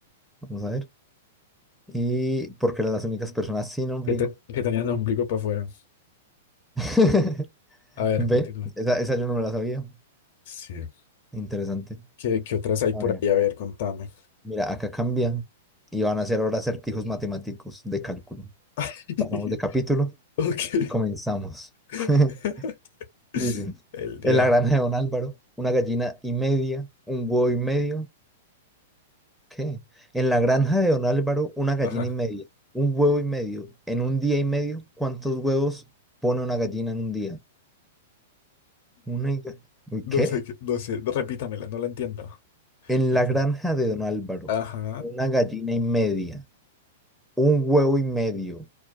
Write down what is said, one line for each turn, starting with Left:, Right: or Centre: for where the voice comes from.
Centre: Vamos a ver. Y porque eran las únicas personas sin ombligo.
Left: Que, te- que tenían ombligo para afuera.
Centre: <laughs>
Left: A ver,
Centre: Ve,
Left: continúa.
Centre: esa, esa yo no me la sabía.
Left: Sí.
Centre: Interesante.
Left: ¿Qué, qué otras hay
Centre: A
Left: por
Centre: ver,
Left: ahí? A ver, contame.
Centre: mira, acá cambian y van a hacer ahora acertijos matemáticos de cálculo.
Left: <laughs>
Centre: Pasamos de capítulo
Left: Ok.
Centre: y comenzamos.
Left: <laughs>
Centre: <laughs> Dice,
Left: El diablo.
Centre: en la granja de Don Álvaro, una gallina y media, un huevo y medio. ¿Qué? En la granja de Don Álvaro, una gallina
Left: Ajá.
Centre: y media, un huevo y medio. En un día y medio, ¿cuántos huevos pone una gallina en un día? Una y... ¿Uy,
Left: No
Centre: ¿Qué?
Left: sé, qué- no sé. Repítamela, no la entiendo.
Centre: En
Left: No
Centre: la
Left: entiendo.
Centre: granja de Don Álvaro,
Left: Ajá.
Centre: una gallina y media, un huevo y medio.